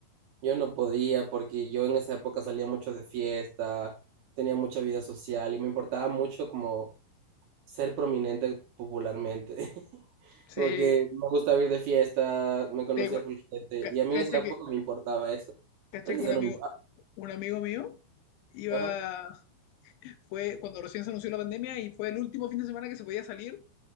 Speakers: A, on the right (about 65°); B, on the left (about 80°).
A: Yo no podía porque yo en esa época salía mucho de fiesta, tenía mucha vida social y me importaba mucho como ser prominente popularmente. <laughs>
B: Sí,
A: Porque me gustaba ir de fiesta, me conocía
B: te, cu-
A: full gente
B: ca-
A: y a mí
B: cacha
A: en esa época
B: que,
A: me importaba eso.
B: cacha
A: Pero
B: que
A: ahorita
B: un amigo,
A: no me importa.
B: un amigo mío iba,
A: Ajá.
B: fue cuando recién se anunció la pandemia y fue el último fin de semana que se podía salir